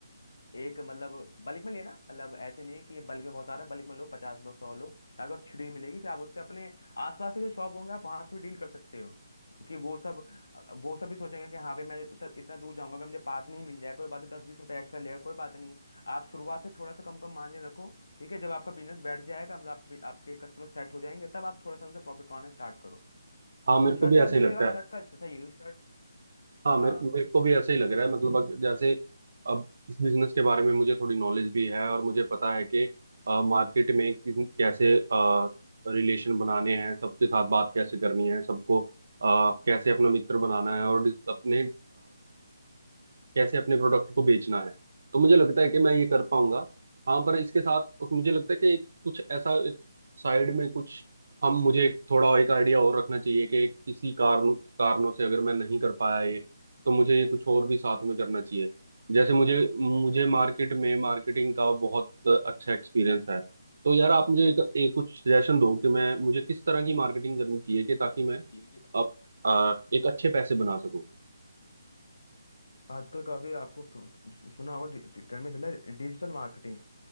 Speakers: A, on the left; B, on the right.
A: एक मतलब बल्क में लेना मतलब ऐसे नहीं है कि बल्क में बहुत आ रहा है बल्क में लो पचास लो सौ लो ताकि वो छिड़ी मिलेगी फिर आप उससे अपने आसपास के जो शॉप होंगे आप वहां से भी डील कर सकते हो क्योंकि वो सब वो सब भी सोचेंगे कि हाँ भाई मैं इतना, इतना दूर जाऊंगा कि मुझे पास में ही मिल जाए कोई बात नहीं दस बीस रुपए एक्स्ट्रा लेगा कोई बात नहीं आप शुरुआत से थोड़ा सा कम कम मार्जिन रखो ठीक है जब आपका बिजनेस बैठ जाएगा मतलब आप, आपके कस्टमर सेट हो जाएंगे तब आप थोड़ा सा उनसे प्रॉफिट कमाना स्टार्ट करो
B: हाँ मेरे को
A: शर्ट
B: भी
A: का
B: ऐसा
A: ऐसे
B: ही
A: मुझे
B: लगता
A: लगा
B: है
A: शर्ट का ऐसा था ये भी शर्ट
B: हाँ
A: हाँ
B: मेरे मेरे को भी ऐसा ही लग रहा है मतलब अग- जैसे अब इस बिजनेस के बारे में मुझे थोड़ी नॉलेज भी है और मुझे पता है कि मार्केट में किस- कैसे रिलेशन बनाने हैं सबके साथ बात कैसे करनी है सबको अ, कैसे अपना मित्र बनाना है और डिस- अपने कैसे अपने प्रोडक्ट को बेचना है तो मुझे लगता है कि मैं ये कर पाऊंगा हाँ पर इसके साथ मुझे लगता है कि एक- कुछ ऐसा एक साइड में कुछ हम मुझे एक थोड़ा एक आइडिया और रखना चाहिए कि किसी कारण कारणों से अगर मैं नहीं कर पाया ये तो मुझे ये कुछ और भी साथ में करना चाहिए जैसे मुझे मुझे मार्केट में मार्केटिंग का बहुत अच्छा एक्सपीरियंस है तो यार आप मुझे एक, एक कुछ सजेशन दो कि मैं मुझे किस तरह की मार्केटिंग करनी चाहिए कि ताकि मैं
A: ये भी-
B: अब अ, एक अच्छे पैसे बना सकूं
A: आजकल काफी आपको प्रो- सुना होगा डि- डि- ट्रेंड में चल रहा है डिजिटल मार्केटिंग